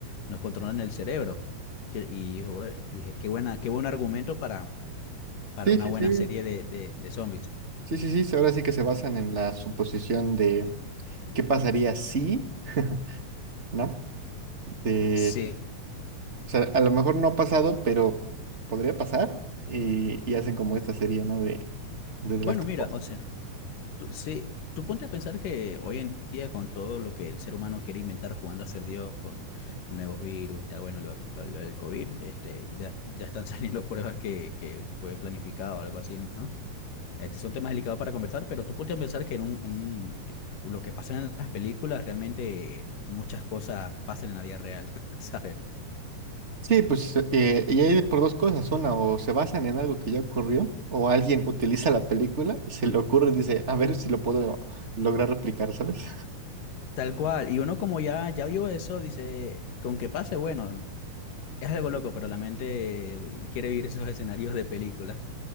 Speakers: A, on the left (about 80°); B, on the right (about 25°).
A: nos controlan el cerebro. Que- Y jue- dije, qué buena, qué buen argumento para, para
B: Sí,
A: una
B: sí,
A: buena
B: sí,
A: serie de, de, de zombies.
B: sí, sí, sí, ahora sí que se basan en la suposición de qué pasaría si, <laughs> ¿no? De,
A: Sí.
B: o sea, a lo mejor no ha pasado, pero podría pasar y, y hacen como esta serie, ¿no? De, de The
A: Bueno,
B: Last
A: mira,
B: of Us.
A: o sea. Tú- sí, tú ponte a pensar que hoy en día con todo lo que el ser humano quiere inventar jugando a ser Dios con nuevos virus y tal, bueno, lo, lo del COVID, este, ya, ya están <laughs> saliendo pruebas que, que fue planificado o algo así, ¿no? Este, son temas delicados para conversar, pero tú ponte a pensar que en un, en un, eh, lo que pasa en las películas, realmente muchas cosas pasan en la vida real, <laughs> ¿sabes?
B: Sí, pues, eh, y hay por dos cosas, una, o se basan en algo que ya ocurrió, o alguien utiliza la película, se le ocurre y dice, a ver si lo puedo lograr replicar, ¿sabes?
A: Tal cual. Y uno como ya, ya vio eso, dice, con que pase, bueno, es algo loco, pero la mente eh, quiere vivir esos escenarios de película.